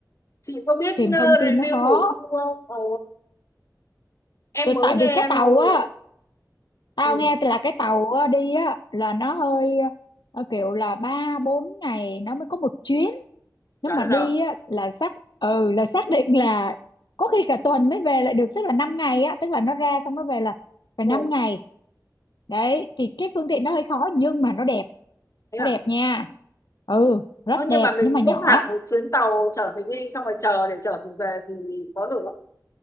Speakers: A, on the left; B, on the left.
A: chị có biết
B: tìm
A: ờ,
B: thông tin
A: review
B: nó khó
A: Thổ Chu không ờ, em
B: Tại
A: mới
B: tại
A: nghe
B: vì cái tàu
A: thôi
B: á tao
A: ừ,
B: nghe là cái tàu á, đi á là nó hơi ờ, kiểu là ba bốn ngày nó mới có một chuyến nếu
A: trời
B: mà
A: đất
B: đi
A: ơi
B: á là xác ừ là xác định là có khi cả tuần mới về lại được tức là 5 ngày á tức là nó ra xong nó về là phải
A: Ừ.
B: năm ngày đấy thì cái phương tiện nó hơi khó nhưng mà nó đẹp
A: Thế
B: nó
A: à?
B: đẹp nha ừ rất
A: Ơ,
B: đẹp
A: nhưng mà mình
B: nhưng mà nhỏ
A: book hẳn một chuyến tàu chở mình đi xong rồi chờ để chở mình về thì có được không?